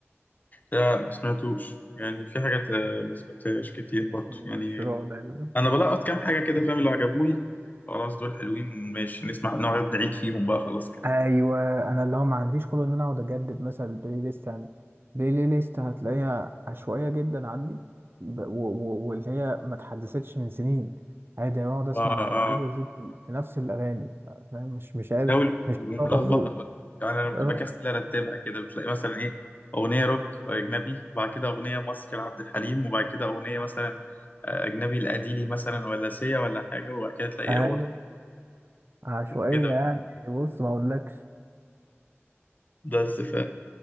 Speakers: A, on the left; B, on the right.
A: لا ما سمعتوش يعني في حاجات آه، ما سمعتهاش كتير برضه يعني
B: مشروع ليلى
A: انا بلقط كام حاجة كده فاهم اللي عجبوني خلاص دول حلوين ماشي نسمع نقعد نعيد فيهم بقى خلاص كده
B: ايوه انا اللي هو ما عنديش خلق ان انا اقعد اجدد مثلا البلاي ليست يعني البلاي ليست هتلاقيها عشوائيه جدا عندي ب- و- و- واللي هي ما اتحدثتش من سنين عادي انا بقعد اسمع
A: اه اه
B: واعيد وازيد في في نفس الاغاني فاهم؟ مش مش قادر
A: لو
B: مش
A: ملخبطه
B: بطور ذوقي
A: بقى يعني انا بكسل
B: اه
A: ارتبها كده بتلاقي مثلا ايه اغنيه روك اجنبي وبعد كده اغنيه مصري لعبد الحليم وبعد كده اغنيه مثلا آه، اجنبي لاديلي مثلا ولا سيا ولا حاجه وبعد كده تلاقي
B: ايوه
A: اغنيه
B: عشوائيه
A: كده
B: يعني بص ما اقولكش
A: بس ف...